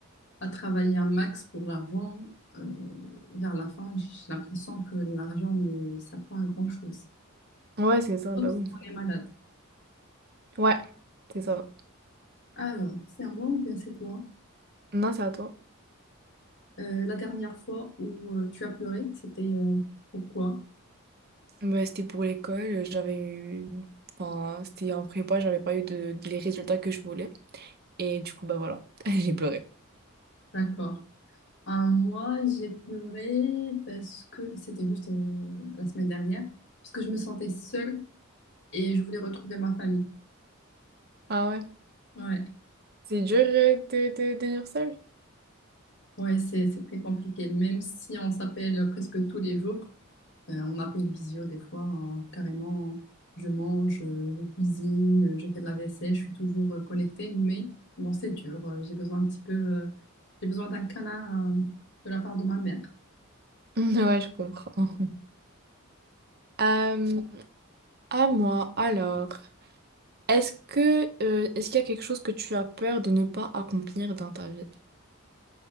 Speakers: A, on the left (about 55°); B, on the right (about 50°).
A: à travailler un max pour l'argent. Euh, vers la fin, j'ai l'impression que l'argent ne sert pas à grand-chose.
B: ouais, c'est ça,
A: Sauf
B: bah
A: si
B: oui.
A: on est malade.
B: Ouais, c'est ça.
A: Alors, c'est à moi ou bien c'est toi?
B: Non, c'est à toi.
A: Euh, la dernière fois où euh, tu as pleuré, c'était euh, pourquoi?
B: Bah, c'était pour l'école, j'avais eu... Enfin, c'était en prépa, j'avais pas eu de... de- les résultats que je voulais. Et du coup, bah voilà, <laughs> j'ai pleuré.
A: D'accord. Un mois, j'ai pleuré parce que c'était juste euh, la semaine dernière, parce que je me sentais seule et je voulais retrouver ma famille.
B: Ah ouais,
A: Ouais,
B: c'est dur euh, de, de, de dire seul. <laughs>
A: ouais, c'est c'est très compliqué. Même si on s'appelle presque tous les jours, euh, on appelle visio des fois, hein, carrément. Je mange, euh, je cuisine, je fais de la vaisselle, je suis toujours euh, connectée, mais bon, c'est dur. Euh, J'ai besoin un petit peu, euh, j'ai besoin d'un câlin euh, de la part de ma mère.
B: Ouais, je comprends. Euh, à moi, alors, est-ce que euh, est-ce qu'il y a quelque chose que tu as peur de ne pas accomplir dans ta vie?